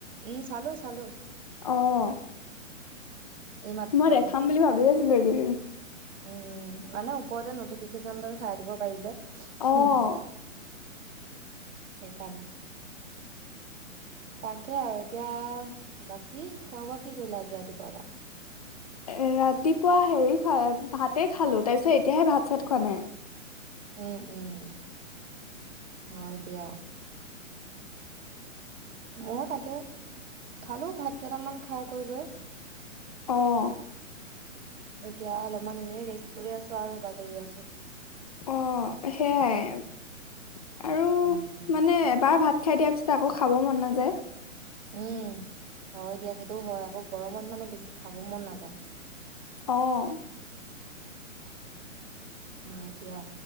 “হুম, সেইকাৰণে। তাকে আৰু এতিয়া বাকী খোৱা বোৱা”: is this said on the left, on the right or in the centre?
Right